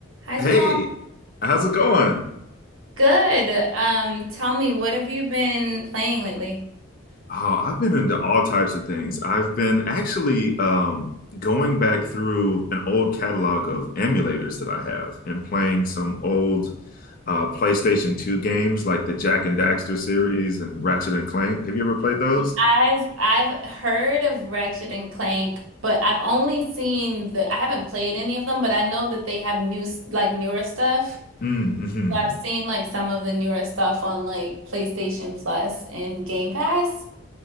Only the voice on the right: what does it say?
Hi,
Jamal.
Good. Um, tell me, what have you been playing lately?
I've I've heard of Ratchet and Clank, but I've only seen the I haven't played any of them, but I know that they have new s- like newer stuff.
So I've seen like some of the newer stuff on like PlayStation Plus and Game Pass.